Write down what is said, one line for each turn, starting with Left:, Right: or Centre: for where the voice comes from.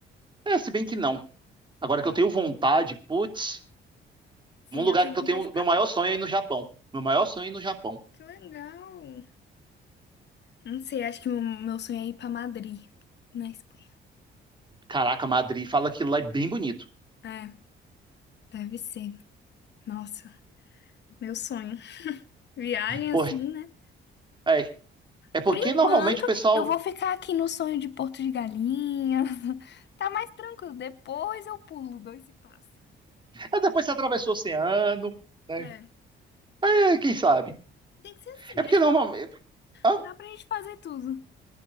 Right: É, se bem que não. Agora
Left: não?
Right: que eu tenho vontade, putz,
Left: Sim,
Right: um lugar
Left: eu tenho
Right: que
Left: vontade
Right: eu tenho.
Left: pra
Right: Meu maior
Left: todos.
Right: sonho é ir no Japão. Meu maior sonho é ir no Japão.
Left: Que legal. Não sei, acho que o meu sonho é ir pra Madrid, na Espanha.
Right: Caraca, Madrid, fala que lá é bem bonito.
Left: É, deve ser. Nossa, meu sonho. Viagem
Right: Por,
Left: assim, né?
Right: é, é porque
Left: Por enquanto,
Right: normalmente o pessoal.
Left: eu vou ficar aqui no sonho de Porto de Galinhas. <laughs> Tá mais tranquilo. Depois eu pulo dois e passo.
Right: É, depois você atravessou o oceano, né?
Left: É,
Right: É, quem sabe?
Left: tem que ser assim,
Right: É
Left: né?
Right: porque normalmente. Hã?
Left: Não dá pra gente fazer tudo.